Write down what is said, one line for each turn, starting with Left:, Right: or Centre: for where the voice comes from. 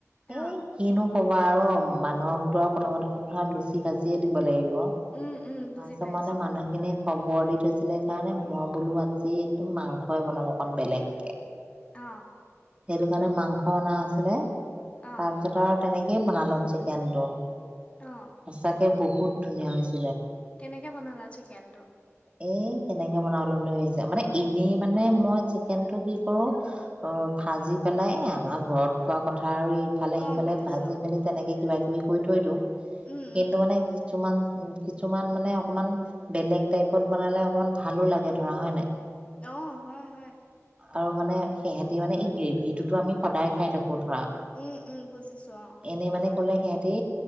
Left: অ
Right: এ কিনো ক'বা আৰু মানুহকতো আৰু প্ৰথমতো ধৰা লুচি ভাজিয়ে দিব লাগিব।
Left: উম উম বুজি
Right: ছ
Left: পাইছো
Right: মানে মানুহখিনি খবৰ দি কৈছিলে কাৰণে মই বোলো আজি একদম মাংসই বনাম অকণ বেলেগকে
Left: অ
Right: সেইটো কাৰণে মাংস অনা আছিলে
Left: অ
Right: তাৰপিছত আৰু তেনেকে- কি বনালো চিকেনটো
Left: অ
Right: সঁচাকে বহুত ধুনীয়া হৈছে।
Left: কেনেকে বনালা চিকেনটো
Right: এই কেনেকে বনাবলৈ আহিছে মানে এনেই মানে মই চিকেন টো কি কৰো অ ভাজি পেলাই আমাৰ ঘৰত খোৱা কথা। ইফালে
Left: গম
Right: সিফালে
Left: পাইছো
Right: ভাজি
Left: অ',
Right: মেলি তেনেকে কিবা কিবি কৰি থৈ দিওঁ
Left: উম,
Right: কিন্তু
Left: উম,
Right: মানে কিছুমান উ কিছুমান মানে অকমান বেলেগ টাইপত বনালে অকমান ভাল। ভালো লাগে ধৰা হয় নাই।
Left: অ হয় হয়
Right: আৰু মানে সিহঁতে মানে এই গ্ৰেভিটোতো আমি সদায় খাই থাকো। ধৰা
Left: উম, উম, বুজিছো অ',
Right: এনে মানে কলে সিহঁতি